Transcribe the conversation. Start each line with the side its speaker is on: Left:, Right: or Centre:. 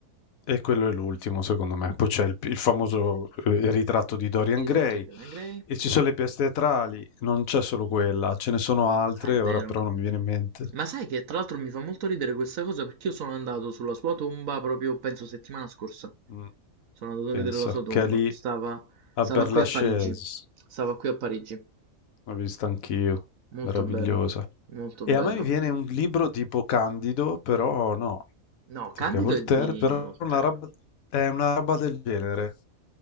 Left: E quello è l'ultimo, secondo me. Poi c'è il, il famoso eh, ritratto di Dorian
Right: il ritratto
Left: Gray
Right: di Dorian Gray,
Left: e ci sono le pièce teatrali, non c'è solo quella, ce ne sono altre,
Right: Ah, è vero.
Left: ora però non mi viene in mente.
Right: Ma sai che tra l'altro mi fa molto ridere questa cosa perché io sono andato sulla sua tomba proprio, penso, settimana scorsa.
Left: Mm,
Right: Sono andato
Left: pensa,
Right: a vedere la sua tomba.
Left: che è lì
Right: Stava,
Left: a
Right: stava
Left: Père
Right: qui
Left: Lachaise,
Right: a Parigi. Stava qui a Parigi.
Left: l'ho vista anch'io,
Right: Molto
Left: meravigliosa.
Right: bella, molto
Left: E
Right: bella.
Left: a me mi viene un libro tipo Candido, però no,
Right: No,
Left: perché
Right: Candido
Left: è Voltaire,
Right: è di
Left: però
Right: Voltaire.
Left: una roba- è una roba del genere.